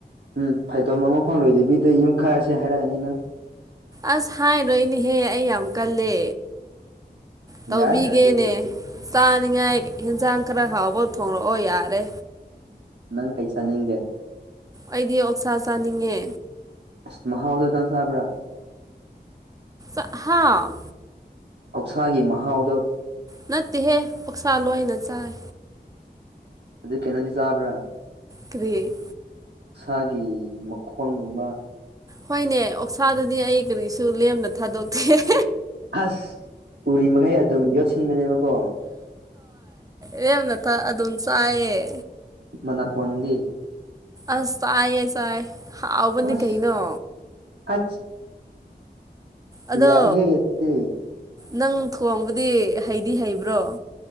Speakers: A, on the right; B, on the right.
A: ꯎꯝ ꯐꯩꯗꯣꯝ ꯑꯃꯐꯥꯎꯂꯣꯏꯗꯕꯤꯗ ꯌꯨꯝ ꯈꯔꯁꯦ ꯍꯥꯏꯔꯛꯑꯅꯤ ꯅꯪ
B: ꯑꯁ ꯍꯥꯏꯔꯣꯏ ꯏꯅꯦꯍꯦ ꯑꯩ ꯌꯥꯝ ꯀꯜꯂꯦ ꯇꯧꯕꯤꯒꯦꯅꯦ
A: ꯌꯥꯏ ꯑꯗꯨ ꯑꯣꯏꯔꯗꯤ
B: ꯆꯥꯅꯤꯉꯥꯏ ꯌꯦꯟꯁꯥꯡ ꯈꯔ ꯍꯥꯎꯕ ꯊꯣꯡꯂꯛꯑꯣ ꯌꯥꯔꯦ
A: ꯅꯪ ꯀꯩ ꯆꯥꯅꯤꯡꯒꯦ
B: ꯑꯩꯗꯤ ꯑꯣꯛꯁꯥ ꯆꯥꯅꯤꯡꯉꯦ
A: ꯑꯁ ꯃꯍꯥꯎꯗꯗꯪ ꯆꯕ꯭ꯔꯥ
B: ꯑꯍꯥ
A: ꯑꯣꯧꯁꯥꯒꯤ ꯃꯍꯥꯎꯗꯣ
B: ꯅꯠꯇꯦꯍꯦ ꯄꯛꯁꯥ ꯂꯣꯏꯅ ꯆꯥꯏ
A: ꯑꯗꯨ ꯀꯩꯅꯣꯗꯤ ꯆꯥꯕ꯭ꯔꯥ
B: ꯀꯔꯤꯔꯤꯌꯦꯠ
A: ꯈꯨꯁꯥꯒꯤ ꯃꯈꯣꯡꯒꯨꯝꯕ
B: ꯍꯣꯏꯅꯦ ꯑꯣꯛꯁꯥꯗꯗꯤ ꯑꯩ ꯀꯔꯤꯁꯨ ꯂꯦꯝꯅ ꯊꯥꯗꯣꯛꯇꯦ
A: ꯑꯁ ꯎꯔꯤ ꯃꯈꯩ ꯑꯗꯨꯝ ꯌꯣꯠꯁꯤꯟꯕꯅꯦꯕꯀꯣ
B: ꯔꯦꯃ ꯅ ꯊ ꯑ ꯑꯗꯨꯟ ꯆꯑ
A: ꯃꯅꯥꯀꯣꯟꯗꯤ
B: ꯑꯁꯑꯌꯦ ꯆꯥꯏ ꯍꯥꯎꯕꯅꯤ
A: ꯍꯁ
B: ꯀꯩꯅꯣ
A: ꯑ
B: ꯑꯗꯣ
A: ꯌꯥꯏ ꯍꯦ ꯌꯦꯗꯤ
B: ꯅꯪ ꯊꯣꯡꯕꯗꯤ ꯍꯩꯗꯤ ꯍꯩꯕ꯭ꯔꯣ